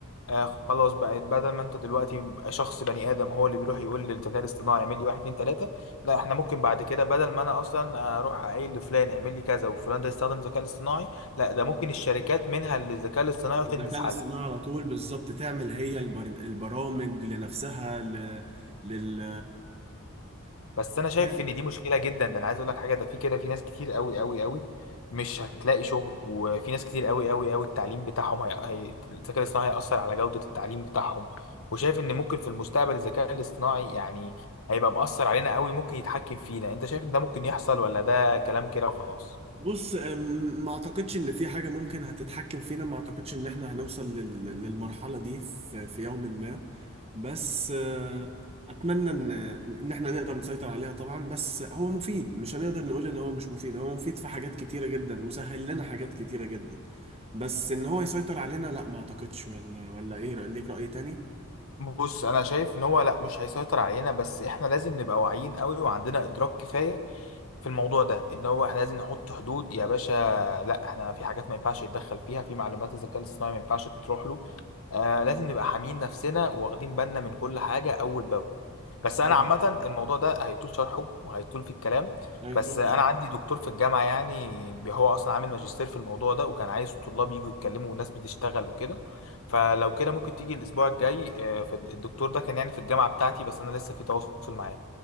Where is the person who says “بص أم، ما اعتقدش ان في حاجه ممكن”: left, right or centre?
Right